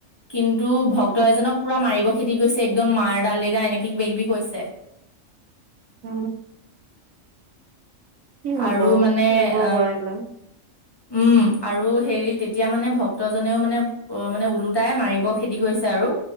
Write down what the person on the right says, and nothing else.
উম
অ কি হব
এইবোৰ
কৰিলে